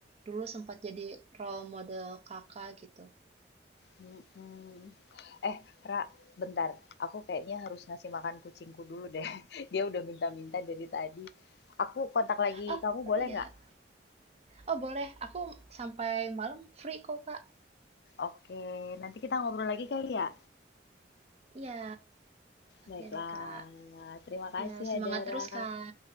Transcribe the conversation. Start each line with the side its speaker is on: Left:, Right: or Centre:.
Right: dulu sempat jadi role model kakak gitu.
Left: Mhm. Eh, Ra, bentar. Aku kayaknya harus ngasih makan kucingku dulu deh. <laughs> Dia udah minta-minta dari tadi. Aku kontak lagi
Right: Oh
Left: kamu boleh
Right: iya,
Left: nggak?
Right: oh boleh, aku sampai malam free kok kak.
Left: Oke, nanti kita ngobrol lagi kali ya.
Right: Iya, oke
Left: Baiklah,
Right: deh kak.
Left: terima kasih
Right: Ya, semangat
Left: ya Dara.
Right: terus, Kak.